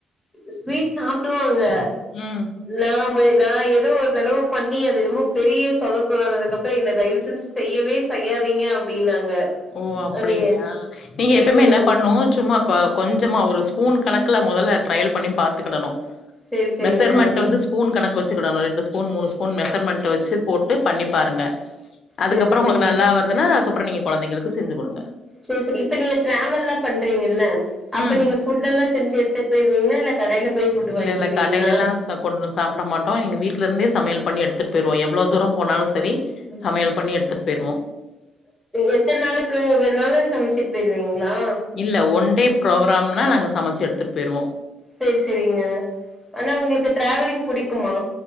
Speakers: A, in the centre; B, on the left (about 55°).
A: ஸ்வீட் சாப்டுவாங்க
B: ம்.
A: நா நா ஏதோ ஒரு தடவ பண்ணி அது என்னமோ பெரிய சொதப்பலானதுக்கப்பறோ என்ன தயவு செஞ்சு செய்யவே செய்யாதீங்க அப்டின்னாங்க
B: ஓ அப்டிங்களா
A: அது ஏ-
B: நீங்க எப்பயுமே
A: இருங்க இருங்க
B: என்ன பண்ணனு சும்மா கொஞ்சமா ஒரு ஸ்பூன் கணக்குல மொதல்ல ட்ரையல் பண்ணி பாத்துக்கிடணு
A: செரி செரிங்க
B: மெஷர்மெண்ட்டு வந்து ஸ்பூன் கணக்கு வச்சுக்குடணு ரெண்டு ஸ்பூன் மூனு ஸ்பூன் மெஷர்மெண்ட்டு வச்சு போட்டு பண்ணிப்பாருங்க அதுக்கப்புறோ
A: செரி செரிங்க
B: ஒங்களுக்கு நல்லா வருதுன்னா அதுக்கப்புறோ நீங்க கொழந்தைங்களுக்கு செஞ்சு குடுங்க
A: செரி செரி இப்ப நீங்க டிராவல்லா பண்றீங்கல்ல அப்ப
B: ம்.
A: நீங்க ஃபுட் எல்லா செஞ்சு எத்துட்டு போயிருவீங்ளா இல்ல கடையில போய் ஃபுட்
B: இல்ல,
A: வாங்கிக்குவீங்ளா
B: இல்ல ம். கடையிலலாம் ம். கொண்டு சாப்ட மாட்டோ எங்க வீட்லேந்தே சமயல் பண்ணி எடுத்துட்டு போயிருவோ எவ்ளோ தூரோ போனாலு சரி
A: ம்
B: சமையல் பண்ணி எடுத்துட் போயிருவோ
A: எத்தன நாளுக்கு வேணாளு சமச்சுட்டு போயிருவீங்ளா
B: இல்ல ஒன் டே ப்ரோக்ராம்னா நாங்க சமைச்சு எடுத்துட்டு போயிடுவோ
A: சரி சரிங்க ஆனா உங்களுக்கு டிராவலிங் புடிக்குமா